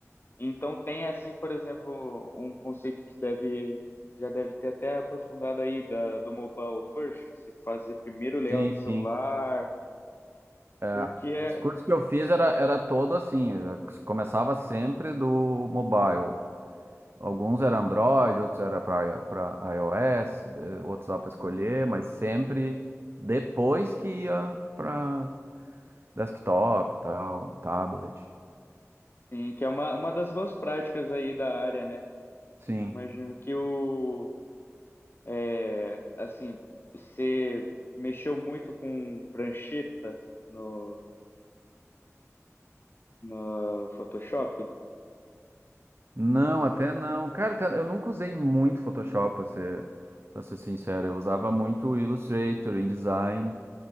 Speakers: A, on the left; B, on the right.
A: então tem assim, por exemplo, um conceito que deve já deve ter até aprofundado aí da, do mobile first, que você fazer primeiro o layout
B: sim,
A: celular,
B: sim. É,
A: porque é,
B: esse curso que eu fiz era, era todo assim, já começava sempre do mobile. Alguns era Android, outros era para para iOS, eh, outros lá para escolher, mas sempre depois que ia para desktop, tal, tablet.
A: sim, que é uma, uma das boas práticas aí da área, né?
B: Sim.
A: Imagino que o é, assim, você mexeu muito com prancheta no, no Photoshop,
B: Não, até não. Cara, até- eu nunca usei muito Photoshop, para ser, para ser sincero. Eu usava muito Illustrator, InDesign.